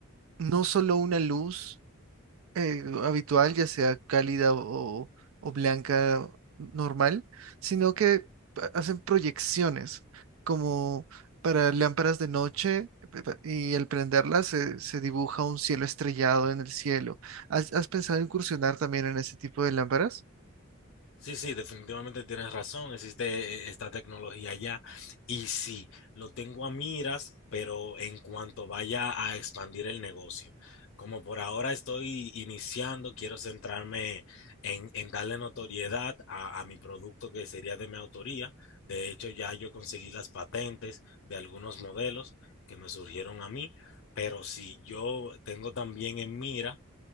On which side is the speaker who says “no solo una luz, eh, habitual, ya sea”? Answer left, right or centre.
Right